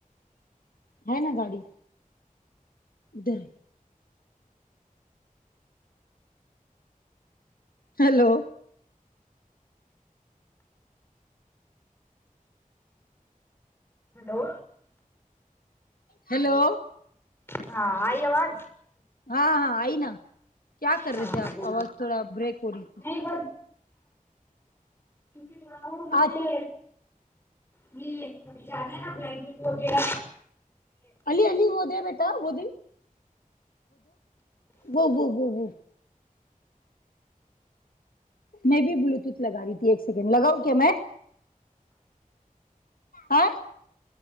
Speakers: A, on the left; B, on the left.
A: ہے نا گاڑی ڈر ہیلو
B: ہیلو
A: ہیلو
B: ہاں آئی آواز
A: ہاں ہاں آئی نا کیا کر
B: ہاںاں
A: رہے تھے آپ
B: بو
A: آواز تھوڑا بریک ہو رہی تھی
B: نہیں ب کیونک مجھے
A: آج
B: یہ پ جان نا بلکٹ وغیرہ
A: الی ا ہوود بیٹاود وہ وہ وہ وہ میں بھی بلوٹوت لگ رہی تھی ایک سیکنڈ لگاؤ کیا میں ہاں